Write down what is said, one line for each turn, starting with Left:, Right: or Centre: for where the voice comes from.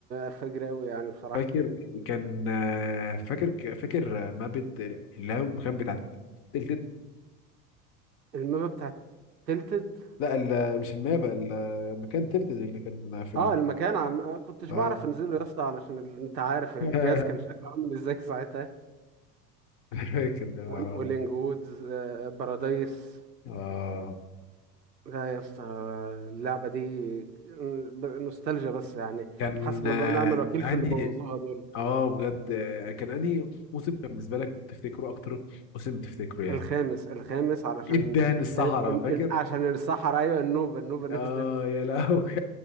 Right: فجر قوي يعني بصراحه
Left: فاكر كان آه فاكر فاكر مابة اللي هي المكان بتاع تلتد
Right: المابا بتاعت تلتد
Left: لا ال- مش المابة المكان تلتد اللي كان في
Right: اه
Left: ال...
Right: المكان عم... آه كنتش
Left: اه
Right: بعرف انزله يا اسطى علشان ال- انت عارف الجهاز
Left: <laughs>
Right: كان شكله عامل ازاي ساعتها
Left: <laughs> فاكر ده العرض.
Right: وال- ولينج وودز آه بارادايس
Left: اه
Right: لا يا اسطى اللعبة دي ب- نوستالجيا بس يعني
Left: كان
Right: حسبي
Left: آه،
Right: الله ونعم الوكيل
Left: انهي
Right: في اللي بوظوها دول
Left: اه بجد آه، كان انهي موسم كان بالنسبه لك تفتكره اكتر موسم تفتكره يعني
Right: الخامس الخامس علشان
Left: ادان الصحراء
Right: إن إن
Left: فاكر
Right: إن- عشان الصحراء ايوه النوبة النوبة <laughs>
Left: اه
Right: نزلت
Left: يا لهوي